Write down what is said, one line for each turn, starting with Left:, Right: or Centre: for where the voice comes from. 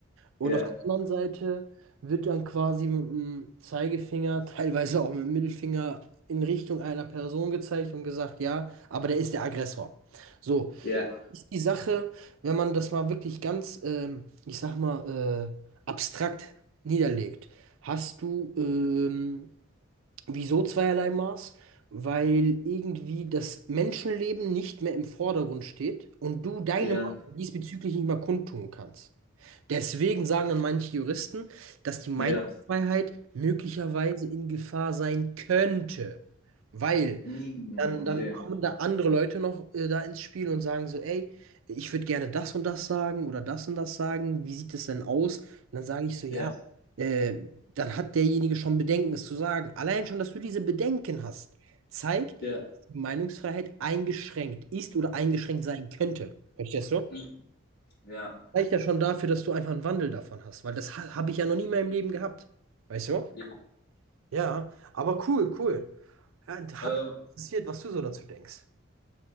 Right: Und
Left: ja,
Right: auf der anderen Seite wird dann quasi mit dem Zeigefinger, teilweise auch mit dem Mittelfinger in Richtung einer Person gezeigt und gesagt, ja, aber der ist der Aggressor. So,
Left: ja,
Right: ist die Sache, wenn man das mal wirklich ganz, ähm, ich sag mal, äh, abstrakt niederlegt, hast du ähm, wieso zweierlei Maß? Weil irgendwie das Menschenleben nicht mehr im Vordergrund steht und du deine
Left: ja,
Right: Meinung diesbezüglich nicht mehr kundtun kannst. Deswegen sagen dann manche Juristen, dass die Meinungsfreiheit
Left: ja.
Right: möglicherweise in Gefahr sein könnte, weil
Left: Mm,
Right: dann,
Left: okay,
Right: dann kommen da andere Leute noch äh, da ins Spiel und sagen so, ey, ich würde gerne das und das sagen oder das und das sagen, wie sieht es denn aus? Und dann sage ich so, ja,
Left: ja,
Right: äh, dann hat derjenige schon Bedenken, es zu sagen. Allein schon, dass du diese Bedenken hast, zeigt,
Left: ja,
Right: dass die Meinungsfreiheit eingeschränkt ist oder eingeschränkt sein könnte. Verstehst du?
Left: mm, ja,
Right: reicht ja schon dafür, dass du einfach einen Wandel davon hast, weil das ha habe ich ja noch nie in meinem Leben gehabt. Weißt du?
Left: ja.
Right: Ja, aber cool, cool. Ja, und
Left: Äh,
Right: Hat mich interessiert, was du so dazu denkst.